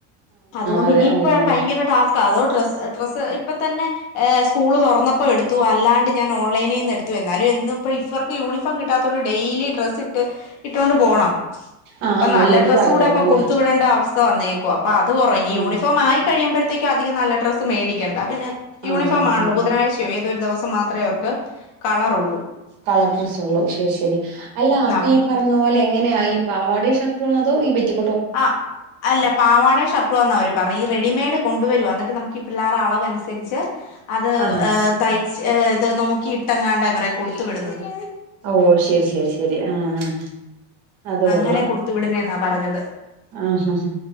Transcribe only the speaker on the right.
അതെ
അതെ അതെ
ആഹ്
ആഹ്
യൂണിഫോം
ആയില്ലല്ലോ
അല്ലെ
ആഹ്
ആഹ് ആഹ്
ഓക്കെ
കളർ ഡ്രസ്സ് ഒള്ളു ശരി ശരി അല്ല അപ്പൊ
ഈ പറഞ്ഞ പോലെ എങ്ങനെയാ ഈ പാവാടയും ഷർട്ട് ആണതോ ഈ പെറ്റി
ആഹാ
ഓ ശരി ശരി ശരി ആഹ് അത്
കൊള്ളാം
ആഹ് ഹ ഹാ